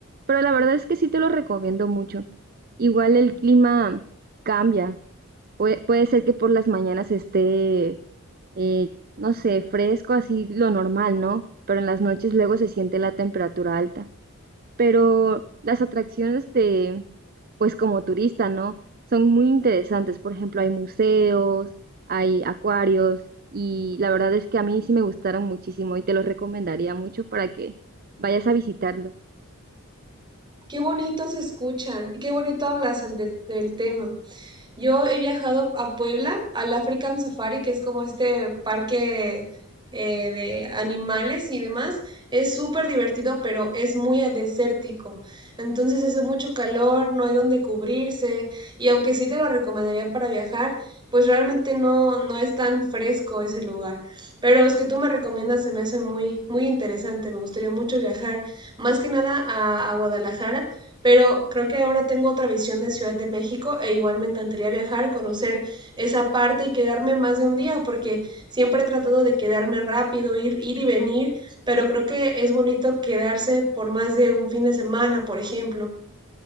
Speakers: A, on the right (about 45°); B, on the right (about 20°).
A: Pero la verdad es que sí te lo recomiendo mucho. Igual el clima cambia. Puede, puede ser que por las mañanas esté, eh, no sé, fresco, así lo normal, ¿no? Pero en las noches luego se siente la temperatura alta. Pero las atracciones de, pues como turista, ¿no? Son muy interesantes. Por ejemplo, hay museos, hay acuarios y la verdad es que a mí sí me gustaron muchísimo y te los recomendaría mucho para que vayas a visitarlo.
B: Qué bonito se escucha, y qué bonito hablas al de- del tema. Yo he viajado a Puebla, al African Safari, que es como este parque eh, de animales y demás. Es súper divertido, pero es muy desértico. Entonces hace mucho calor, no hay donde cubrirse. Y aunque sí te lo recomendaría para viajar, pues realmente no, no es tan fresco ese lugar. Pero los que tú me recomiendas se me hace muy, muy interesante. Me gustaría mucho viajar más que nada a, a Guadalajara, pero creo que ahora tengo otra visión de Ciudad de México e igual me encantaría viajar, conocer esa parte y quedarme más de un día, porque siempre he tratado de quedarme rápido, ir, ir y venir, pero creo que es bonito quedarse por más de un fin de semana, por ejemplo.